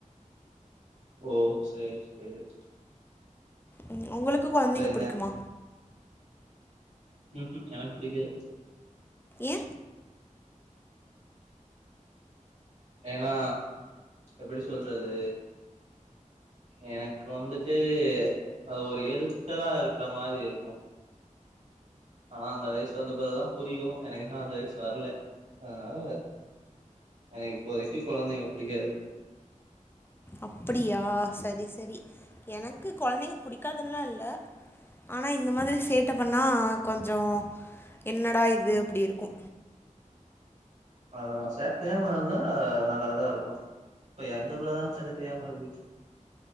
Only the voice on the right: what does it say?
ஓ சேர் சேரி
வேற என்ன
ம்ஹ்ம் எனக்கு புடிக்காது
ஏன்னா எப்டி சொல்றது எனக்கு வந்துட்டு அது ஒரு எரிச்சலா இருக்குற மாரி இருக்கு ஆ அந்த வயசு வந்த பெறகுதா புரியு எனக்கு இன்னு அந்த வயசு வர்ல அதனால எனக்கு இப்போதைக்கு கொழந்தைங்க புடிக்காது
அதா சேட்ட செய்யாம இருந்தா நல்லாதா இருக்கு இப்ப எந்த புள்ளதா சேட்ட செய்யாம இருக்கு